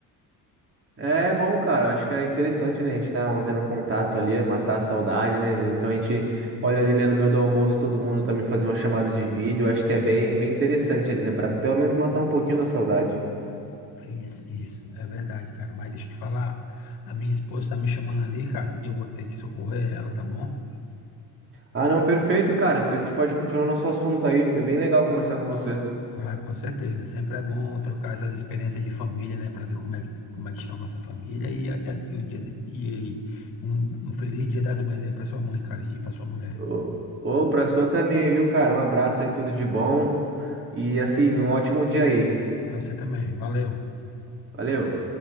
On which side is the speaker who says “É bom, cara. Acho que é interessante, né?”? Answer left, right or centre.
Right